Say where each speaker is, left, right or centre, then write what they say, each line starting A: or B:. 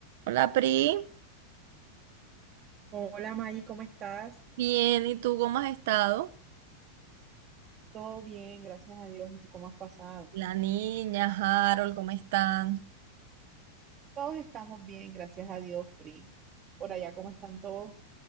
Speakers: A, on the right; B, on the right.
A: Hola Pri,
B: Hola Maggie, ¿cómo estás?
A: bien, ¿y tú cómo has estado?
B: Todo bien, gracias a Dios. ¿Y tú cómo has pasado?
A: La niña, Harold, ¿cómo están?
B: Todos estamos bien, gracias a Dios, Pri. Por allá, ¿cómo están todos?